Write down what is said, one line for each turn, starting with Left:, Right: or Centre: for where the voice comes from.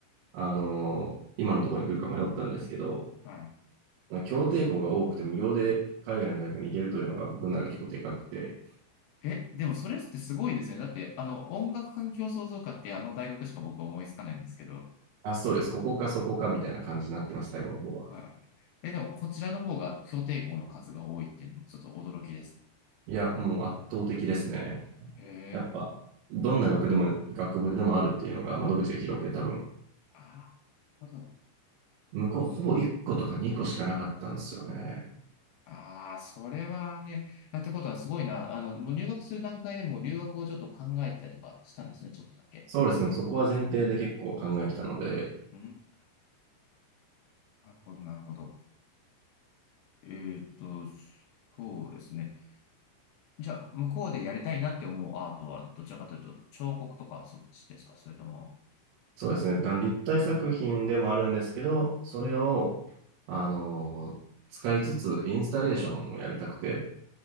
Right: あの、今のところに来るか迷ったんですけど、
Left: はい。
Right: まあ協定校が多くて無料で海外の大学に行けるというのが僕の中で結構でかくて、
Left: え、でもそれってすごいですよね。だって、あの、音楽環境創造科ってあの大学しか僕は思いつかないんですけど。
Right: あ、そうです。ここかそこかみたいな感じになってました、最後の方は。
Left: はい。え、でもこちらの方が評定校の数が多いっていうのもちょっと驚きです。
Right: いや、もう圧倒的ですね。
Left: へえ。
Right: やっぱ、どんな学でも、学部でもあるっていうのが窓口が広くて多分、
Left: ああ、なるほど。
Right: 向こうほぼ1個とか2個しかなかったんですよね。
Left: ああ、それはね。あってことはすごいな。あの、もう入学する段階でもう留学をちょっと考えたりとかしたんですね。ちょっとだけ。
Right: そうですね。そこは前提で結構考えてたので、
Left: うん。なるほど、なるほど。えーっと、そうですね。じゃあ、向こうでやりたいなって思うアートは、どちらかというと、彫刻とかそっちですかそれとも、
Right: そうですね。あの立体作品でもあるんですけど、それを、
Left: うん、
Right: あの、使いつつインスタレーションをやりたくて、